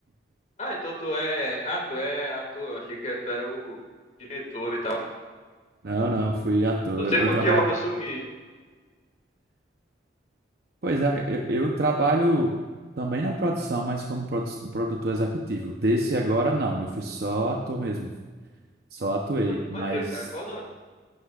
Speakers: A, on the left; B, on the right.
A: Ah, então tu é. Ah, tu é ator. Eu achei que tu era o diretor e tal.
B: Não, não, fui ator.
A: Não sei
B: Eu,
A: por
B: eu trabalho.
A: que eu assumi isso.
B: Pois é, eu, eu trabalho também na produção, mas como produ- produtor executivo. Desse agora, não, eu fui só ator mesmo, só atuei.
A: Pô, que maneiro,
B: Mas,
A: cara. Qual o nome?